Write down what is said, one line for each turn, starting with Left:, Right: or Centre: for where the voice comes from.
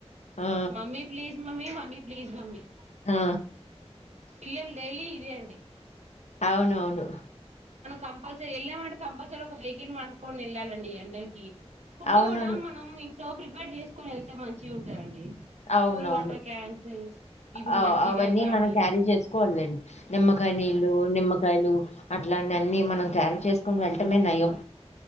Left: ఆ
Right: మమ్మీ ప్లీజ్ మమ్మీ మ్మీ ప్లీజ్ మమ్మీ
Left: ఆ
Right: పిల్లలు డైలీ ఇదే అండి
Left: అవునవును
Right: కంపల్సరీ వెళ్ళామంటే కంపల్సరీ ఒక వెహికల్ వండుకొని వెళ్ళాలండి ఈ ఎండలకి ఫుడ్
Left: అవునవును
Right: కూడా మనం సో ప్రిపేర్ చేసుకోనెళ్తే మంచిగుంటదండి
Left: అవునవును
Right: కూల్ వాటర్ క్యాన్స్ ఇవి
Left: ఆ
Right: మజ్జిగ
Left: అవన్నీ
Right: గానీ
Left: మనం క్యారీ చేసుకోవాలండి. నిమ్మకాయ నీళ్ళు నిమ్మకాయలు అట్లాంటి అన్ని మనం క్యారీ చేసుకుని వెళ్ళటమే నయం